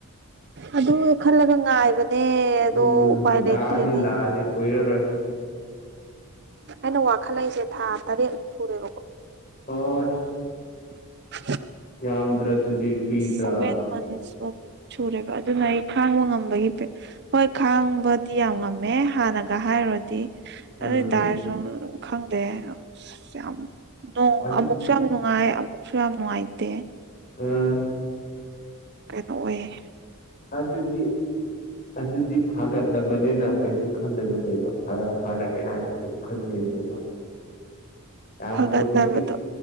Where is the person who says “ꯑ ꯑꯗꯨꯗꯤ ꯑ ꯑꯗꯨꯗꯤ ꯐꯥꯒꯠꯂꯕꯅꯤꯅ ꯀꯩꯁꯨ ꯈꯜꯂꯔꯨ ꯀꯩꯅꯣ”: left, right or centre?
Left